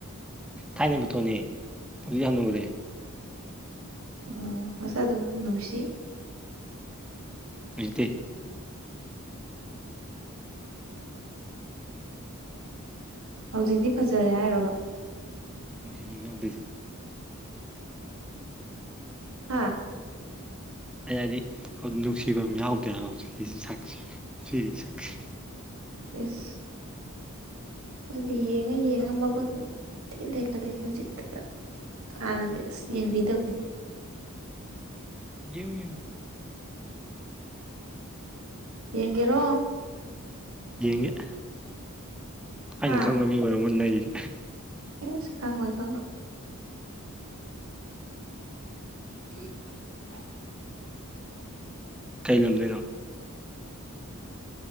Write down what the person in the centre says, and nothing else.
ꯊꯥꯏꯅ ꯐꯣꯇꯦꯅꯦ ꯍꯧꯖꯤꯛ ꯍꯅꯨꯔꯦ
ꯍꯧꯖꯤꯛꯇꯤ
ꯅꯨꯡꯁꯤꯕꯝ ꯌꯥꯎꯗꯩꯁꯦ
ꯑꯩ ꯍꯥꯏꯗꯤ ꯅꯨꯡꯁꯤꯕꯝ ꯌꯥꯎꯗꯦ ꯍꯥꯏꯕ ꯍꯧꯖꯤꯛꯀꯤ ꯁꯛꯁꯦ ꯁꯤꯒꯤ ꯁꯛꯁꯦ
ꯌꯦꯡꯉꯨ ꯌꯦꯡꯉꯨ
ꯌꯦꯡꯒꯦ ꯑꯩꯅ
ꯈꯪꯕ ꯃꯤ ꯑꯣꯏꯔꯝꯃ ꯅꯩꯒꯦ
ꯀꯩ ꯂꯝꯗꯩꯅꯣ